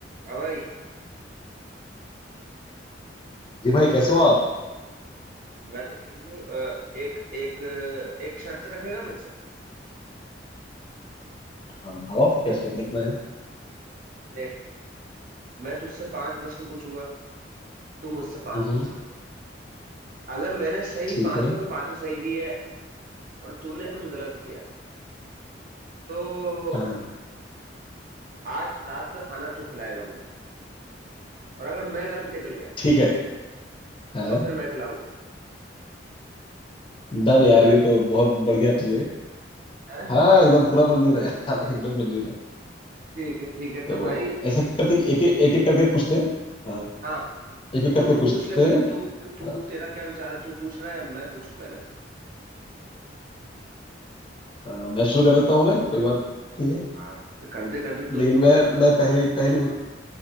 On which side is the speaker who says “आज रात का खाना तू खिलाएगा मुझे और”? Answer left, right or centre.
Right